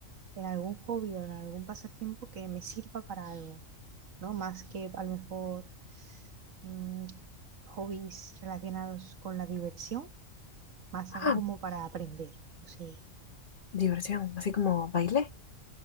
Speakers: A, on the right; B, on the left.
A: en algún hobby o en algún pasatiempo que me sirva para algo, ¿no? Más que a lo mejor mm, hobbies relacionados con la diversión más
B: Ah,
A: algo como para aprender. O sea,
B: diversión, así como bailé.